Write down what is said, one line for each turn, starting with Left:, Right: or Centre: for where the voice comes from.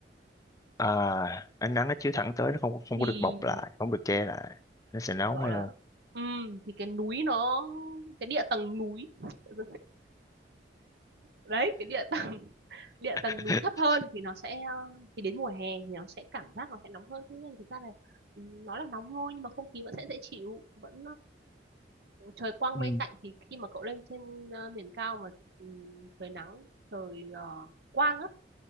Left: à, ánh nắng nó chiếu thẳng tới nó không không
Right: thì
Left: có được bọc lại không được che lại nó sẽ nóng
Right: gọi
Left: hơn
Right: là ừm, thì cái núi nó cái địa tầng núi <laughs> đấy cái địa tầng <laughs> địa
Left: <laughs>
Right: tầng núi thấp hơn thì nó sẽ ờ, thì đến mùa hè thì nó sẽ cảm giác nó sẽ nóng hơn thế nhưng mà thực ra là ừ, nó là nóng thôi nhưng mà không khí vẫn sẽ dễ chịu vẫn ờ, trời quang
Left: ừ,
Right: mây tạnh thì khi mà cậu lên trên ờ, miền cao mà ừ, trời nắng trời ờ, quang á